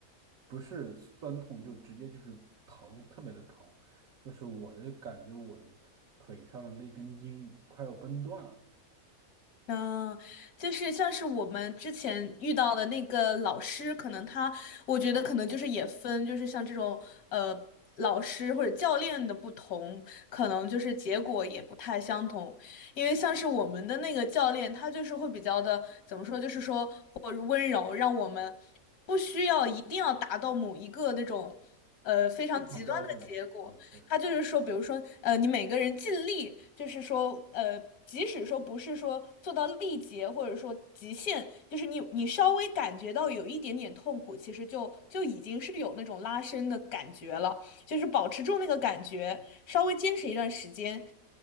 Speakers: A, on the right (about 70°); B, on the left (about 85°).
A: 不是酸痛，就直接就是疼，特别的疼，就是我的感觉，我的腿上的那根筋快要崩断了，
B: 嗯，就是像是我们之前遇到的那个老师，可能他，我觉得可能就是也分，就是像这种呃老师或者教练的不同，可能就是结果也不太相同。因为像是我们的那个教练，他就是会比较的怎么说，就是说或者温柔，让我们不需要一定要达到某一个那种呃非常极端的结果。
A: 非常标准的，呃，对对，
B: 他就是说，比如说，呃，你每个人尽力，就是说，呃，即使说不是说做到力竭，或者说极限，就是你你稍微感觉到有一点点痛苦，其实就就已经是有那种拉伸的感觉了，就是保持住那个感觉，稍微坚持一段时间，